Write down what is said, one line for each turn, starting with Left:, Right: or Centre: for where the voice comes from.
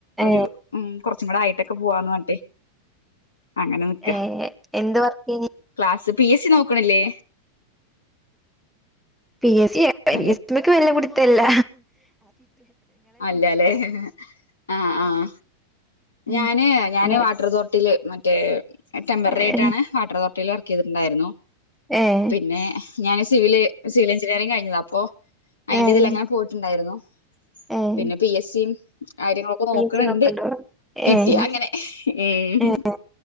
Centre: ഏഹ്
Left: ഒരു ഉം കൊറച്ചും കൂടെ ആയിട്ടക്കെ പൂവാന്ന് പറഞ്ഞിട്ടെ അങ്ങനെ നിക്കാ.
Centre: ഏഹ് എന്ത് വർക്കെയ്നി
Left: ക്ലാസ് പി എസ് സി നോക്ക്ണില്ലേ
Centre: പി എസ് സി യാ
Left: ഹലോ
Centre: പി എസ് സി ഇന്ക്ക്‌ വല്ല പിടിത്തല്ല
Left: അല്ലലേ ആഹ് ആഹ്
Centre: ഉം
Left: ഞാന് ഞാന്
Centre: ഇങ്ങനെ
Left: വാട്ടർ അതോറിറ്റിയില് മറ്റേ ടെംമ്പററി ആയിട്ടാണ്
Centre: ഏഹ്
Left: വാട്ടർ അതോറിറ്റിയില് വർ ക്കീതിട്ട്ണ്ടായിരുന്നു
Centre: ഏഹ്
Left: പിന്നെ ഞാന് സിവില് സിവിൽ എഞ്ചിനീയറിംഗ് കഴിഞ്ഞതാ അപ്പോ അയിന്റതിലങ്ങനെ
Centre: ഏഹ്
Left: പോയിട്ട്ണ്ടായിരുന്നു.
Centre: ഏഹ്
Left: പിന്നെ പി എസ് സിം കാര്യങ്ങളൊക്കെ
Centre: പി
Left: നോക്ക്ണ്
Centre: എച്ച് നോക്ക്ണ്ടോ
Left: ണ്ട് കിട്ടിയാ
Centre: ഏഹ്
Left: അങ്ങനെ ഊം
Centre: ഏഹ്